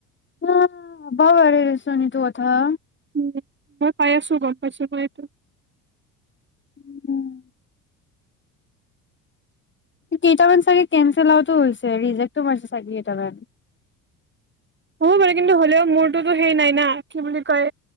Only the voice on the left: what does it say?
অ হবও পাৰে দেচোন তো কথা
উম। কেইটামান চাগে কেনচেল আউট হৈছে ৰিজেক্ট মাৰছে চাগে কেইটামান।